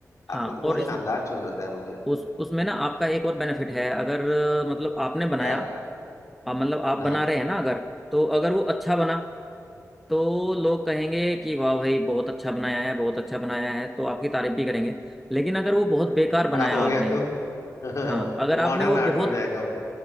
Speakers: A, on the left; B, in the centre.
A: आपने
B: हाँ
A: तो बहुत
B: और इस
A: शानदार चीज बताया मुझे
B: उस उसमें ना आपका एक और बेनिफिट है अगर अ, मतलब आपने बनाया
A: क्या
B: आप मतलब आप
A: हाँ
B: बना रहे हैं ना अगर तो अगर वो अच्छा बना तो लोग कहेंगे कि वाह भाई बहुत अच्छा बनाया है बहुत अच्छा बनाया है तो आपकी तारीफ भी करेंगे लेकिन अगर वो बहुत बेकार
A: खराब
B: बनाया
A: हो
B: आपने
A: गया तो <laughs> तो
B: हाँ अगर
A: मॉडर्न
B: आपने वो
A: आर्ट
B: बहुत
A: हो जाएगा वो